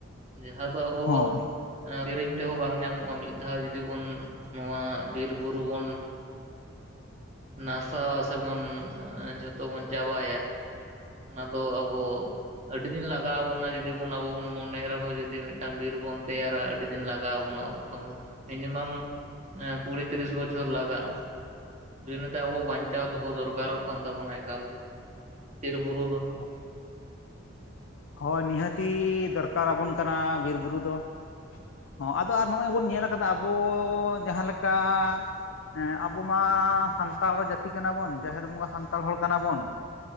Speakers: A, on the right; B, on the left.
A: ᱡᱟᱦᱟᱸ ᱫᱚ ᱟᱵᱚᱣᱟᱜ
B: ᱦᱳᱭ
A: ᱠᱤᱨᱤᱧ ᱛᱮᱦᱚᱸ ᱵᱟᱝ ᱧᱟᱢᱚᱜ-ᱟ ᱢᱤᱫ ᱫᱷᱟᱣ ᱡᱩᱫᱤ ᱵᱚᱱ ᱱᱚᱣᱟ ᱵᱤᱨ ᱵᱩᱨᱩ ᱵᱚᱱ ᱱᱟᱥᱟᱣᱟ ᱥᱮᱵᱚᱱ ᱡᱷᱚᱛᱚ ᱵᱚᱱ ᱪᱟᱵᱟᱭᱟ ᱚᱱᱟ ᱫᱚ ᱟᱵᱚ ᱟᱹᱰᱤ ᱫᱤᱱ ᱞᱟᱜᱟᱣ ᱵᱚᱱᱟ ᱡᱩᱫᱤ ᱵᱚᱱ ᱟᱵᱚ ᱵᱚᱱ ᱢᱚᱱᱮᱭ ᱨᱮᱦᱚᱸ ᱡᱩᱫᱤ ᱢᱤᱫᱴᱟᱝ ᱵᱤᱨ ᱵᱚᱱ ᱛᱮᱭᱟᱨᱟ ᱟᱹᱰᱤ ᱫᱤᱱ ᱞᱟᱜᱟᱣ ᱵᱚᱱᱟ ᱾ ᱢᱤᱱᱤᱢᱟᱢ ᱠᱩᱲᱤ ᱛᱤᱨᱤᱥ ᱵᱚᱪᱷᱚᱨ ᱞᱟᱜᱟᱜ-ᱟ ᱾ <inaudible> ᱟᱵᱚ ᱵᱟᱧᱪᱟᱣ ᱫᱚᱦᱚ ᱫᱚᱨᱠᱟᱨᱚᱜ ᱠᱟᱱ ᱛᱟᱵᱚᱱᱟ ᱮᱠᱟᱞ ᱾ ᱵᱤᱨ ᱵᱩᱨᱩ ᱫᱚ
B: <unintelligible> ᱦᱳᱭ ᱱᱤᱦᱟᱹᱛᱤ ᱫᱚᱨᱠᱟᱨ ᱟᱵᱚᱱ ᱠᱟᱱᱟ ᱵᱤᱨ ᱵᱩᱨᱩ ᱫᱚ᱾ ᱦᱚᱸ ᱟᱫᱚ ᱟᱨ ᱱᱚᱜ-ᱚᱭ ᱵᱚᱱ ᱧᱮᱞᱟᱠᱟᱫᱟ ᱟᱵᱚ ᱡᱟᱦᱟᱸ ᱞᱮᱠᱟ ᱦᱮᱸ ᱟᱵᱚ ᱢᱟ ᱥᱟᱱᱛᱟᱲ ᱡᱟᱛᱤ ᱠᱟᱱᱟ ᱵᱚᱱ ᱡᱟᱦᱮᱨ ᱵᱚᱸᱜᱟ ᱥᱟᱱᱛᱟᱲ ᱦᱚᱲ ᱠᱟᱱᱟ ᱵᱚᱱ ᱾